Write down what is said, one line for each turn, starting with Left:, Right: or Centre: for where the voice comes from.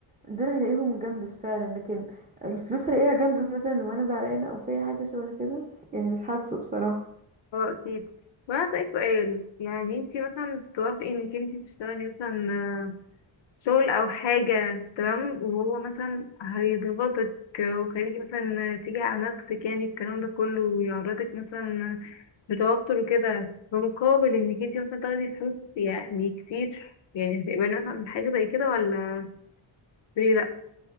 Right: دول هلاقيهم جنبي فعلا لكن الفلوس هلاقيها جنبي مثلا لو انا زعلانه او في حاجه شبه كده يعني مش حاسه بصراحه
Left: اه أكيد وأنا أسألك سؤال يعني انتي مثلا توافقي انك انتي تشتغلي مثلا آه، شغل أو حاجة تمام وهو مثلا هيضغطك وخليكي مثلا تيجي على نفسك يعني الكلام ده كله ويعرضك مثلا لتوتر وكده بمقابل انك انتي مثلا تاخدي فلوس يعني كتير يعني هتقبلي مثلا من حاجة زي كده ولا تقولي لأ؟